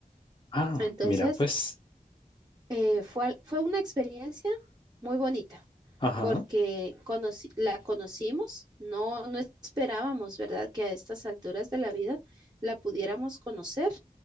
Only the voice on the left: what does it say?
Ah,
mira, pues.
Ajá,